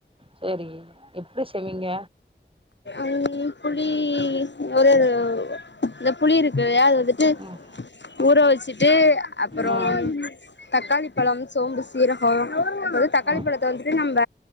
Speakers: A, on the right (about 30°); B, on the left (about 75°).
A: சேரி எப்டி செய்வீங்க
B: ம் புளி ஒரு இந்த புளி இருக்கு அது வந்து
A: ம்
B: ஊற வச்சுட்டு அப்புறோ
A: ம்
B: தக்காளி பழோம் சோம்பு சீரகோ அதது தக்காளி
A: ம்
B: பழத்த வந்துட்டு நம்ம